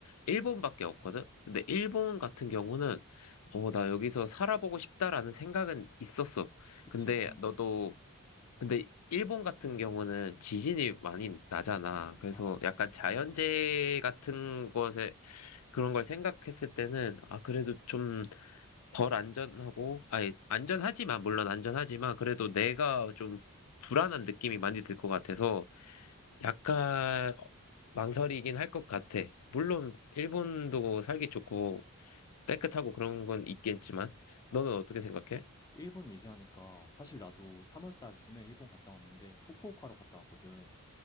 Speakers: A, on the left; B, on the left.
A: 일본밖에 없거든? 근데 일본 같은 경우는, 어, 나 여기서 살아보고 싶다라는 생각은 있었어.
B: 그치,
A: 근데
B: 응,
A: 너도
B: 응.
A: 근데 일본 같은 경우는 지진이 많이 나잖아. 그래서
B: 아, 맞네.
A: 약간 자연재해
B: 어. 어.
A: 같은 것에 그런 걸 생각했을 때는 아 그래도 좀 덜 안전하고 아니 안전하지만 물론 안전하지만 그래도 내가 좀 불안한 느낌이 많이 들 것 같아서 약간 망설이긴 할 것 같아. 물론 일본도 살기 좋고 깨끗하고 그런 건 있겠지만 너는 어떻게 생각해?
B: 일본 얘기하니까 사실 나도 3월 달쯤에 일본 갔다 왔는데 후쿠오카로 갔다 왔거든.